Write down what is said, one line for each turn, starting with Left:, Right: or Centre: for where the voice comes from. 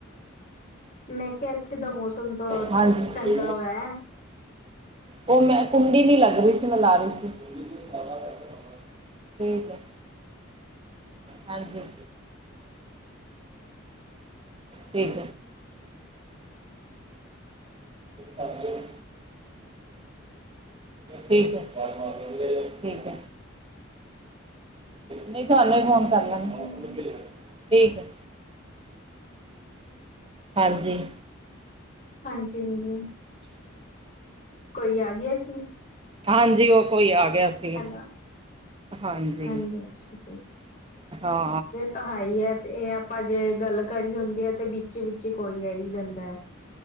Left: ਮੈਂ ਕਿਹਾ ਇੱਥੇ ਦਾ ਮੌਸਮ ਤਾਂ
Right: ਹਾਂਜੀ
Left: ਚੰਗਾ ਹੋਆ ਹੈ।
Right: ਉਹ ਮੈਂ ਕੁੰਡੀ ਨੀ ਲੱਗ ਰਹੀ ਸੀ, ਮੈਂ ਲਾ ਰਹੀ ਸੀ। <unintelligible> ਠੀਕ ਹੈ ਹਾਂਜੀ, ਠੀਕ, ਹਾਂਜੀ, ਠੀਕ ਠੀਕ,
Left: <unintelligible>
Right: ਨਹੀਂ ਤੁਹਾਨੂੰ
Left: ਹਮ
Right: ਵੀ ਫੋਨ ਕਰ ਲਾਂਗੇ ਠੀਕ ਹੈ, ਹਾਂਜੀ,
Left: ਹਾਂਜੀ, ਹਾਂਜੀ, ਕੋਈ ਆ ਗਿਆ ਸੀਂ।
Right: ਹਾਂਜੀ, ਉਹ ਕੋਈ ਆ ਗਿਆ। ਸੀ
Left: ਹੈਲੋ,
Right: ਹਾਂਜੀ
Left: ਹਾਂਜੀ-ਹਾਂਜੀ।
Right: ਹਾਂ
Left: ਤਾਂ ਹੈ ਹੀ ਹੈ, ਤੇ ਇਹ ਆਪਾਂ ਜੇ ਗੱਲ ਕਰੀ ਹੁੰਦੀ ਹੈ ਤੇ ਵਿੱਚ ਵਿੱਚ ਹੀ ਕੋਈ ਹੈ ਹੀ ਜਾਂਦਾ ਹੈ